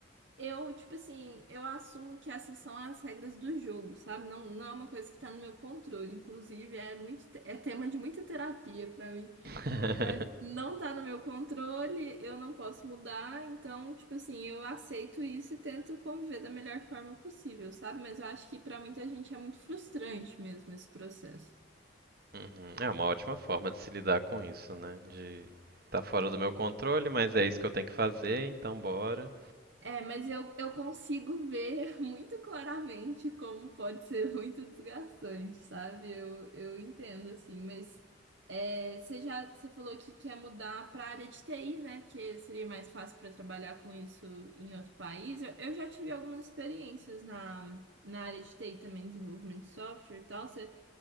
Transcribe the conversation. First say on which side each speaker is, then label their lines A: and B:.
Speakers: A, on the right (about 70°); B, on the right (about 55°).
A: eu, tipo assim, eu assumo que essas são as regras do jogo, sabe? Não, não é uma coisa que tá no meu controle. Inclusive, é muito, te- é tema de muita terapia pra mim.
B: <laughs>
A: Mas não tá no meu controle, eu não posso mudar. Então, tipo assim, eu aceito isso e tento conviver da melhor forma possível, sabe? Mas eu acho que pra muita gente é muito frustrante mesmo esse processo.
B: Uhum. É uma ótima forma de se lidar com isso, né? De tá fora do meu controle, mas é isso que eu tenho que fazer, então bora.
A: É, mas eu, eu consigo ver <laughs> muito claramente como pode ser muito desgastante, sabe? Eu, eu entendo, assim, mas é, você já você falou que quer mudar para a área de TI, né? Porque seria mais fácil para trabalhar com isso em outro país. Eu, eu já tive algumas experiências na, na área de TI também, desenvolvimento de software e tal. Você,